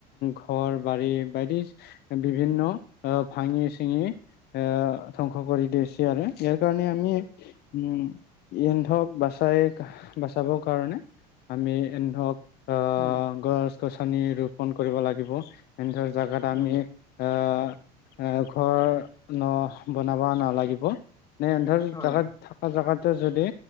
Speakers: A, on the left; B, on the left.
A: ঘৰ, বাৰী বি, বিভিন্ন ভাঙি, চিঙি এ, ধ্বংস কৰি দিছে আৰু ইয়াৰ কাৰণে আমি উম, ইন্ধক বাচাই বাচাবৰ কাৰণে আমি, এ, ধৰক <unintelligible> আহ,
B: উম
A: গছ-গছনি ৰোপন কৰিব লাগিব এনে ধৰ জোগাত আমি
B: উম
A: আহ, ঘৰ, ন, বনাব নালাগিব। নেধৰ
B: হয়
A: জেগাত থকা জেগাতো যদি